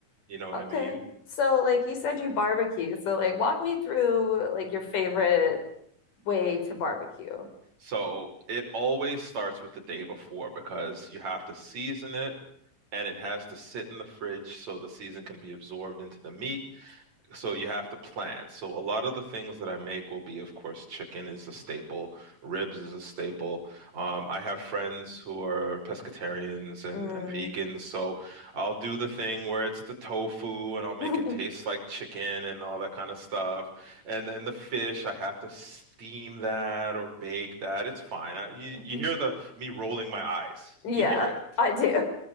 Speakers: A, on the right; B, on the left.
A: you know what I
B: Okay.
A: mean?
B: So like you said you barbecue. So like walk me through like your favorite way to barbecue.
A: So it always starts with the day before because you have to season it and it has to sit in the fridge so the season can be absorbed into the meat. So you have to plan. So a lot of the things that I make will be, of course, chicken is a staple, ribs is a staple. Um, I have friends who are pescatarians and,
B: Mm.
A: and vegans, so I'll do the thing where it's the tofu and I'll make
B: <laughs>
A: it taste like chicken and all that kind of stuff. And then the fish, I have to steam that or bake that. It's fine. I, you
B: Mhm.
A: you hear the me rolling my eyes.
B: Yeah,
A: You hear it,
B: I do.